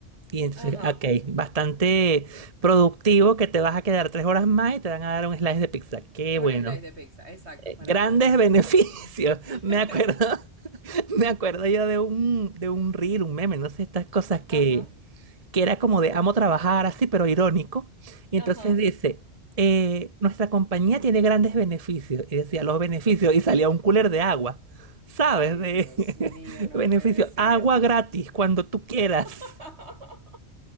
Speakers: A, on the right; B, on the right.
A: Y entonces,
B: Ajá,
A: ok, bastante productivo que te vas a quedar tres horas más y te van a dar un slice de pizza. Qué
B: un
A: bueno.
B: slice de pizza, exacto,
A: Eh,
B: para
A: grandes
B: todos.
A: beneficios.
B: Mm. <laughs>
A: <laughs> Me acuerdo, <laughs> me acuerdo yo de un, de un reel, un meme, no sé, estas cosas que,
B: Ajá.
A: que era como de amo trabajar así, pero irónico. Y entonces
B: Ajá.
A: dice, eh, nuestra compañía tiene grandes beneficios. Y decía, los beneficios, y salía un cooler de agua. ¿Sabes?
B: Ay,
A: De
B: Dios mío,
A: <laughs>
B: no
A: beneficio,
B: puede ser.
A: agua gratis cuando tú quieras.
B: <laughs>